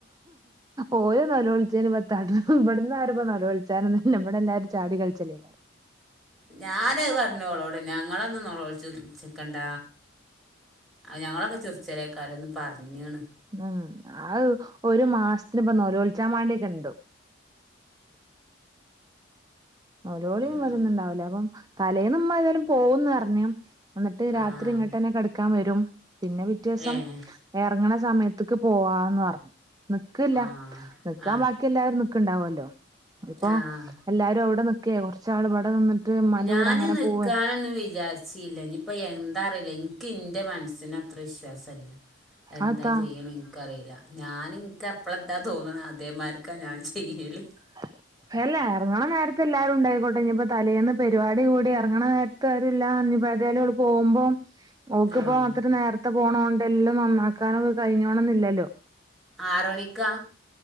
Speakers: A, on the right; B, in the centre.
A: ഓരോ നെലോളി അ പ ഇവിടന്ന് ആരും നേലോളിച്ചാ ഇല്ല ഇമ്മടെ എല്ലാരും ചാടി കളിച്ചല്ല
B: ഞാന് അത് പറഞ്ഞോളോട് ഞങ്ങളന്ന നിച്ചു ചക്കണ്ട ഞങ്ങളൊക്കെ ചിറിച്ചലെകാരംന്ന് പറഞ്ഞാണ്
A: ഉം ആ ഒരു മാസത്തിന് ഇപ്പൊ നേലോളിച്ചാ വേണ്ടി ഉണ്ടോ നഓരോളിയും
B: ഉം
A: വരരുന്നുണ്ടാവൂലേ അപ്പം തലേന്ന് നമ്മ് ഏതായാലും ഉമ്മാ പോകുംന്ന് അറിഞ്ഞം എന്നിട്ട് രാത്രി
B: ആഹ്
A: ഇങ്ങോട്ടെ കടുക്കാൻ വരും പിന്നെ പിറ്റേസം
B: ഏഹ്
A: ഇറങ്ങണ സമയത്തേക്ക് പോവാന്ന് പറഞ്ഞു നിക്കല്ല
B: ആഹ്
A: നിക്കാൻ
B: ആഹ്
A: ബാക്കി എല്ലാരും നക്കണ്ടാവല്ലോ അതിപ്പോ
B: ആഹ്
A: എല്ലാരും അവിടെ നിക്കയ കുറച്ച ആള് ഇവിടെ നിന്നിട്ട് ഉമ്മാന്റെ
B: ഞാന്
A: കൂടെ അങ്ങനെ
B: നക്കാാനൊന്നന്ന്
A: പോവേ
B: വിചാരിച്ചല്ല ഇനിപ്പ എന്താ അറിയില്ല ഇൻ്റെ മനസ്സിന് അത്ര വിശ്വാസമല്ല എന്താ
A: അതെത്താ
B: ചെയ്യണ എനിക്കറിയില്ല ഞാന ഇനിക്ക് എപ്പഴ ഇന്താ തോന്നുന്നത് അതേമാർക്കാ ഞാൻ ചെയ്യല്
A: <unintelligible> അല്ല ഇറങ്ങണ നേരത്ത എല്ലാരും ഉണ്ടായിക്കോട്ടെ ഇനിയിപ്പ തലേുന്ന പരിപാടി കൂടി ഇറങ്ങണ നേരത്തുംല്ലപ്പോ ഓള് പോകുമ്പോം ഒക്കിപ്പോ
B: ആഹ്
A: അത്ര നേരത്തെ പോണ ല്ലാം നന്നാക്കാനൊക്കെ കഴിഞ്ഞോണംന്നില്ലല്ലോ
B: ആറ് മണിക്കാ